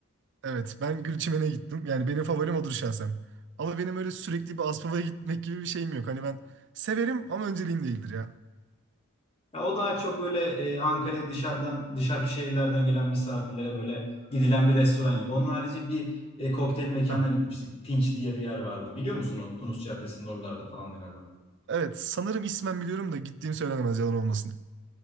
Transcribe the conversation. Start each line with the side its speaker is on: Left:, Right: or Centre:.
Right: Evet, ben Gülçimen'e gittim. Yani benim favorim odur şahsen. Ama benim öyle sürekli bir Aspava'ya gitmek gibi bir şeyim yok. Hani ben severim ama önceliğim değildir ya.
Left: Ya o daha çok böyle e, Ankara'ya dışarıdan, dışarıki şehirlerden gelen misafirlere böyle gidilen bir restoran gibi. Onun harici bir e, kokteyl mekanına
Right: Ha.
Left: gitmiştik. Pinç diye bir yer vardı. Biliyor musun o Tunus Caddesi'nin oralarda falandı galiba.
Right: Evet, sanırım ismen biliyorum da gittiğim söylenemez yalan olmasın.